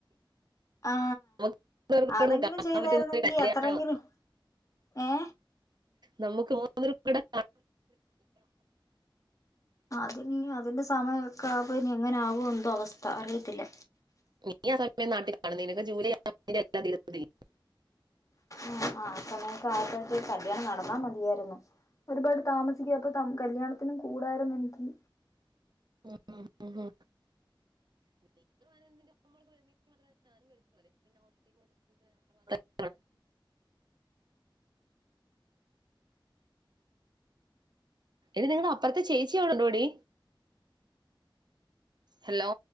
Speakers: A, on the left; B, on the right.
A: ആ
B: നമുക്ക്
A: അതെങ്കിലും
B: കാണാൻ
A: ചെയ്തായിരുന്നെങ്കി
B: പറ്റുന്ന ഒരു കല്യാണം
A: അത്രെങ്കിലും. ഏ?
B: നമുക്ക് മൂന്നുപേർ കൂടെ
A: അത് ഇഞ് അതിന്റെ സമയൊക്കെ ആകുമ്പ ഇനി എങ്ങനെ ആവോ എന്തോ അവസ്ഥ അറിയത്തില്ല.
B: നീ ആ സമയം നാട്ടിൽ കാണും. നിനക്ക് ജൂലൈ ആറാംതീയതി
A: ആ ആ ആപ്പനേക്കാഴെക്കും ഒരു കല്യാണം നടന്നാ മതിയായിരുന്നു. ഒരുപാട് താമസിക്കും. അപ്പൊ കല്യാണത്തിനും കൂടായിരുന്നു എനിക്ക്
B: ഉം ഉം ഹു <unintelligible> എടി നിങ്ങടെ അപ്പറ്ത്തെ ചേച്ചി അവിടെ ഉണ്ടോടി? ഹലോ